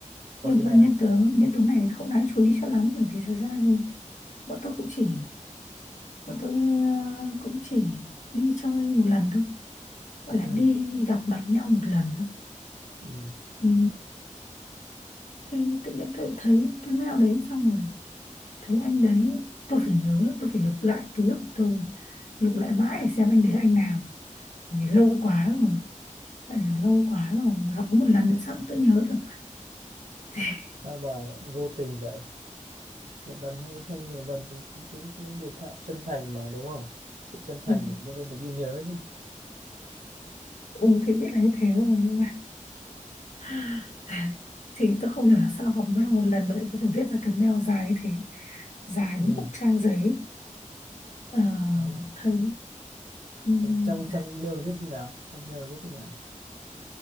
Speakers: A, on the left (about 65°); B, on the right (about 75°).
A: Nhưng
B: có gì
A: mà
B: hay
A: nhân
B: không
A: tố, nhân tố này không đáng chú ý cho lắm bởi vì thật ra thì bọn tôi cũng chỉ, bọn tôi ờ, cũng chỉ đi chơi một lần thôi. Gọi là
B: ừ.
A: đi gặp mặt nhau một lần thôi.
B: Ừ.
A: Ừ, thì tự nhiên tôi thấy cái mail đấy xong rồi thấy anh đấy tôi phải nhớ tôi phải lục lại ký ức của tôi lục lại mãi để xem anh đấy là anh nào vì lâu quá rồi tại vì lâu quá rồi mà gặp có một lần nữa sao mà tôi nhớ được <laughs>
B: Sao mà vô tình vậy Việt Nam hay hay nhiều lần thì cái, cái, cái người thạ chân thành mà đúng không sự chân thành
A: ừ,
B: thì luôn luôn được ghi nhớ chứ
A: ừ, thì biết là như thế rồi nhưng mà <sighs> thì tôi không hiểu là sao gặp mỗi lần một lần mà lại có thể viết ra cái mail dài như thế dài đúng
B: ừ.
A: một trang giấy Ờ,
B: à,
A: thấy ừm,
B: trong trong
A: là
B: trong email là viết gì nào trong mail là viết thế nào